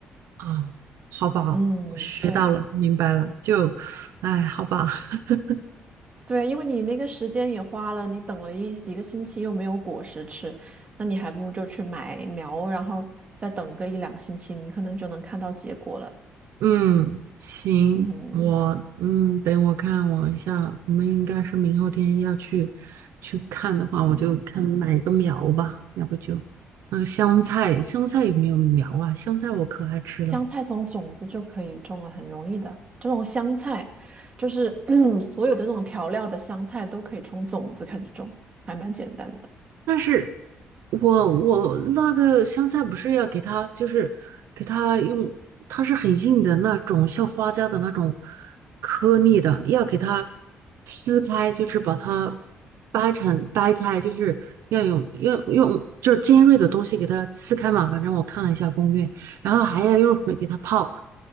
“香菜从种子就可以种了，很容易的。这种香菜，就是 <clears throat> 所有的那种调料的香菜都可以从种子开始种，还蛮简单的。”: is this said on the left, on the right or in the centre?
Right